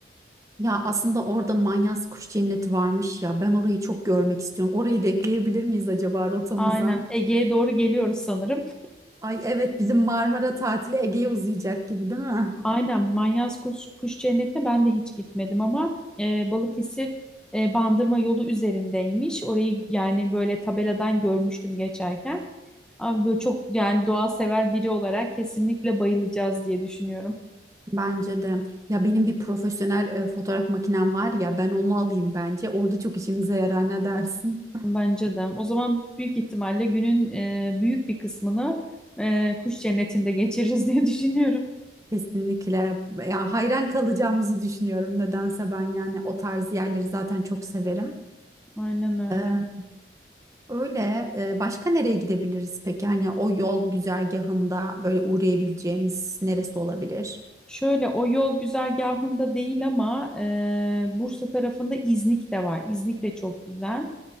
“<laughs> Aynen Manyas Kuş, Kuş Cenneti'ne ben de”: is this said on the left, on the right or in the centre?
Centre